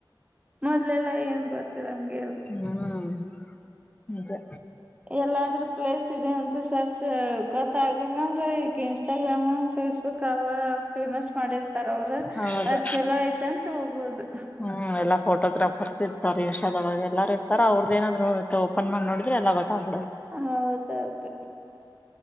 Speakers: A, on the right; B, on the left.
A: ಮೊದ್ಲೆಲ್ಲ ಏನ್ ಗೊತ್ತವಂಗಗೆ
B: ಹ್ಮ್ ಅದೇ
A: ಎಲ್ಲಾದ್ರೂ ಪ್ಲೇಸ್ ಇದೆ ಅಂತೂ ಸರ್ ಗತ್ತ ಆಗಬೇಕಕ್ಷಂತರ ಇನ್ಸ್ಟಾಗ್ರಾಮ್ ೇಸ್ಬುಕ್ ಕವಾ ಫೇಮಸ್ ಮಾಡಿರ್ತಾರ ಅವ್ರ
B: ಹೌದು
A: ಅದ್ ಚಲೋ ಐ್ತೆ ಅಂತ ಹೋಗುದು
B: ಹ್ಮ್ ಎಲ್ಲಾ ಫೋಟೋಗ್ರಾಫರ್ಸ್ ಇರ್ತಾರೆ ಇನ್ಸ್ಟಾದಾಗ ಎಲ್ಲ ಇರ್ತಾರೆ್ರದ ನಾದ್ರು ಓಪನ್ ಮಾಡ ನೋಡ್ರ ಎಲ್ಲ ಗೊತ್ತಾಗ್ಬಿಡದು
A: ಹೌದೌದು